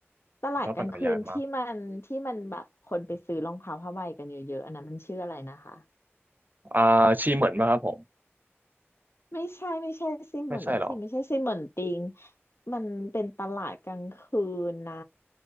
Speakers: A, on the left; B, on the right.
A: ตลาดกลางคืนที่มันที่มันแบบคนไปซื้อรองเท้าผ้าใบกันเยอะๆอันนั้นมันชื่ออะไรนะคะ
B: ผมชอบปั่นจักรยานมากอ่าชีเหมือนไหมครับผม
A: ไม่ใช่ไม่ใช่ซิเหมือนสิไม่ใช่ซิเหมือนติง
B: ไม่ใช่หรอ
A: มันเป็นตลาดกลางคืนนะ